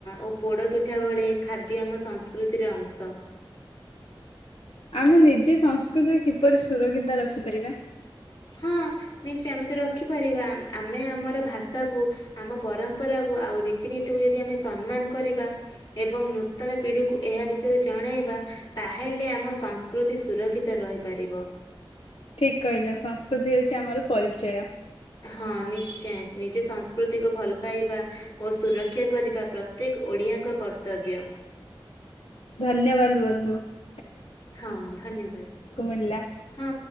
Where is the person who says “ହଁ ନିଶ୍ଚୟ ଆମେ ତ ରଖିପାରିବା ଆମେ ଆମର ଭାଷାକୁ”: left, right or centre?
Left